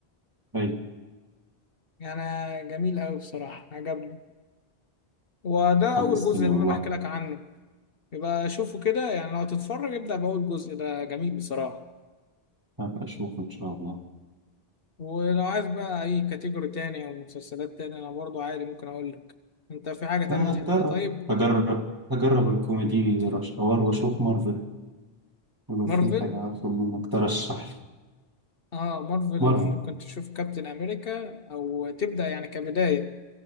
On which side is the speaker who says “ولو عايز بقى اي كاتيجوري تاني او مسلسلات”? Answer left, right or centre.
Left